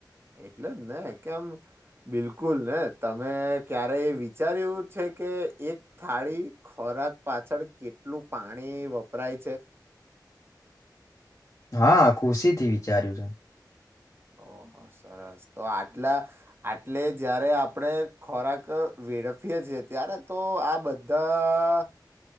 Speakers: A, on the right; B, on the left.
A: એટલે જ ને, કે આમ બિલકુલ ને તમે ક્યારેય વિચાર્યું છે, કે એક થાળી ખોરાક પાછળ કેટલું પાણી વપરાય છે?
B: હા, ખુશીથી વિચાર્યું છે.
A: ઓહ સરસ. તો આટલા આટલે જયારે આપણે ખોરાક વેડફીએ છીએ, ત્યારે તો આ બધ્ધા,